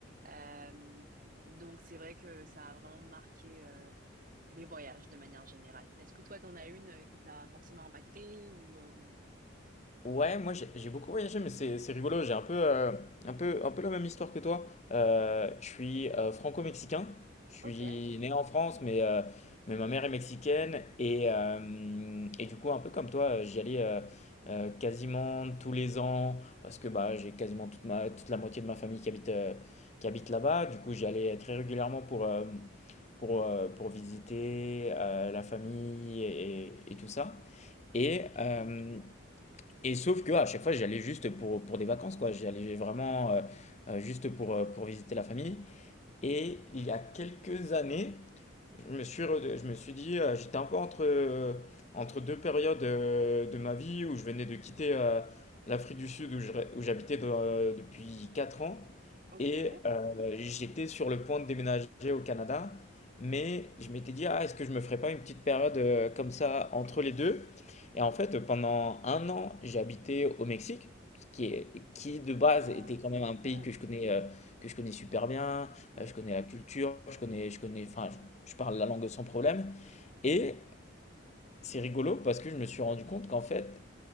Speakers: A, on the right; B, on the left.
A: Euh, donc c'est vrai que ça a vraiment marqué euh, mes voyages de manière générale. Est-ce que toi, t'en as une euh, qui t'a forcément impacté ou euh,
B: Ouais, moi j'ai j'ai beaucoup voyagé, mais c'est c'est rigolo. J'ai un peu, euh, un peu, un peu la même histoire que toi. Euh, je suis euh, franco-mexicain. Je suis
A: Ok,
B: né en France, mais, euh, mais ma mère est mexicaine. Et,
A: Ok.
B: euh, et du coup, un peu comme toi, euh, j'y allais euh, euh, quasiment tous les ans parce que bah, j'ai quasiment toute, ma, toute la moitié de ma famille qui habite, euh, qui habite là-bas. Du coup, j'y allais très régulièrement pour, euh, pour, euh, pour visiter euh, la famille et, et tout ça. Et,
A: ok.
B: euh, et sauf que à chaque fois, j'allais juste pour, pour des vacances, quoi. J'allais vraiment euh, euh, juste pour, euh, pour visiter la famille. Et il y a quelques années, je me suis, re- je me suis dit, euh, j'étais un peu entre, euh, entre deux périodes euh, de ma vie où je venais de quitter euh, l'Afrique du Sud où je ré- où j'habitais de- euh, depuis 4 ans
A: ok.
B: et euh, j'étais sur le point de déménager au Canada. Mais je m'étais dit, ah, est-ce que je me ferais pas une petite période euh, comme ça entre les deux? Et en fait, pendant un an, j'ai habité au Mexique, ce qui est- qui de base
A: Ah,
B: était quand
A: c'est
B: même
A: incroyable.
B: un pays que je connais, euh, que je connais super bien.
A: Ouais.
B: Euh, je connais la culture, je connais, je connais, enfin, je, je parle la langue sans problème. Et c'est rigolo parce que je me suis rendu compte qu'en fait,